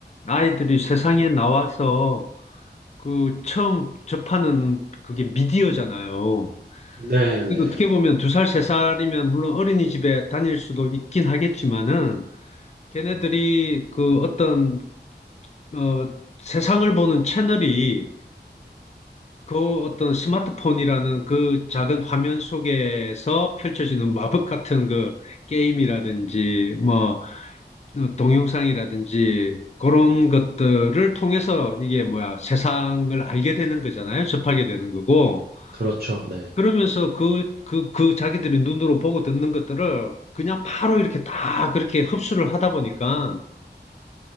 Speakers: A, on the left (about 40°); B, on the right (about 60°).
A: 아이들이 세상에 나와서 그 처음 접하는 그게 미디어잖아요.
B: 네, 네.
A: 그리고 어떻게 보면 두 살, 세 살이면 물론 어린이집에 다닐 수도 있긴 하겠지만은 걔네들이 그 어떤 어 세상을 보는 채널이 그 어떤 스마트폰이라는 그 작은 화면 속에서 펼쳐지는 마법 같은 그 게임이라든지 뭐 어, 동영상이라든지 그런 것들을 통해서 이게 뭐야 세상을 알게 되는 거잖아요. 접하게 되는 거고.
B: 그렇죠. 네.
A: 그러면서 그, 그, 그 자기들이 눈으로 보고 듣는 것들을 그냥 바로 이렇게 다 그렇게 흡수를 하다 보니까